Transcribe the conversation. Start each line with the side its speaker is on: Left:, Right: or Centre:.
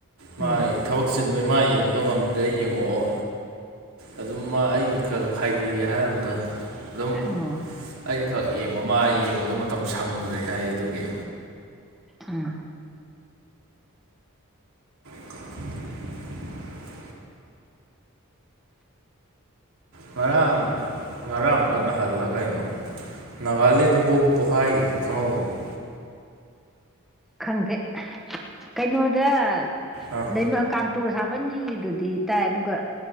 Centre: ꯎꯝ
Right: ꯃꯥꯥꯏ ꯊꯕꯛ ꯆꯤꯟꯕꯩ ꯃꯥ ꯌꯦꯡꯕꯗꯣ ꯉꯝꯗ꯭ꯔꯦ ꯑꯩ ꯌꯦꯡꯉꯛꯑꯣ ꯑꯗꯨꯝ ꯃꯥ ꯑꯩ ꯈꯔ ꯈꯥꯏꯕꯤꯒꯦ ꯍꯥꯏꯔꯝꯕꯗꯣ ꯑꯗꯨꯝ
Centre: ꯎꯝ
Right: ꯑꯩꯅ ꯈꯛ ꯌꯦꯡꯕ ꯃꯥ ꯌꯦꯡꯕꯗꯣ ꯃꯇꯝ ꯁꯪꯗ꯭ꯔꯦ ꯍꯥꯏ ꯑꯗꯨꯒꯤ
Centre: ꯑꯝ
Right: <inaudible> ꯉꯔꯥꯡ ꯉꯔꯥꯡ ꯂ ꯅꯍꯥꯜꯂ ꯀꯩꯅꯣ ꯅꯥꯒꯥꯂꯦꯟꯗ ꯕꯣꯝ ꯄꯣꯈꯥꯏꯈꯤꯕ ꯈꯪꯍꯧꯕ꯭ꯔꯣ
Centre: ꯈꯪꯗꯦ ꯀꯩꯅꯣꯗ
Right: ꯑꯥ
Centre: ꯂꯩꯃ ꯀꯥꯟꯇꯣ ꯁꯥꯕꯟꯒꯤꯗꯨꯗꯤ ꯇꯥꯏ ꯑꯗꯨꯒ